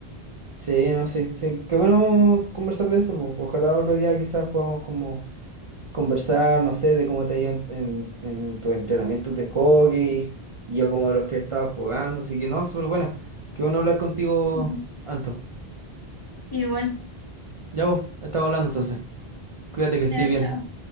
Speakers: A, on the right; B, on the left.
A: Sí, no sé, sí. Qué bueno conversar de esto, po. Ojalá otro día quizás podamos como conversar, no sé, de cómo te ha ido en, en, en tus entrenamientos de hockey y yo como de los que he estado jugando, así que no, súper buena. Qué bueno hablar contigo,
B: Ujú.
A: Anto.
B: Igual,
A: Ya vos, estamos hablando entonces. Cuídate que
B: ya,
A: estés bien.
B: chao.